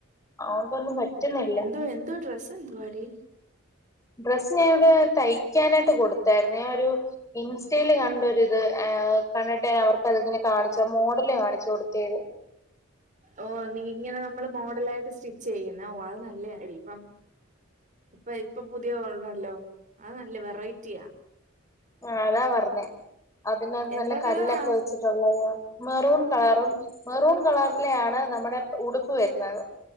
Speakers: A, on the left (about 15°); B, on the right (about 40°).
A: അതോണ്ടൊന്നും പറ്റുന്നില്ല
B: ഇപ്പെന്തുവാ ഡ്രസെന്തുവാടി
A: ഡ്രസ്സ് ഞാനിവിടെ തയ്ക്കാനായിട്ട് കൊടുത്തായിരുന്നു ഞാ ഒരു ഇൻസ്റ്റയില് കണ്ടൊരിത് ആ കണ്ടിട്ടെ അവർക്കതൊന്ന് കാണി ച്ച മോഡല് കാണിച്ചു കൊടുത്തേതു
B: ഓഹ് നീ ഇങ്ങനെ നമ്മള് മോഡലായിട്ട് സ്റ്റിച്ച് ചെയ്യുന്ന ഓ അത് നല്ലാടി ഇപ്പം ഇപ്പ ഇപ്പൊ പുതിയ ഓണ്ടല്ലോ അത് നല്ല വെറൈറ്റിയാ
A: ആ അതാ പറഞ്ഞേ അതിനാത്ത് നല്ല
B: എന്തോ
A: കല്ലൊക്കെ
B: കളറാ
A: വെച്ചിട്ടുള്ളത് മെറും കളറും മെറൂൺ കളറിലെആണ് നമ്മുടെ ഉടുപ്പ് വരുന്നത്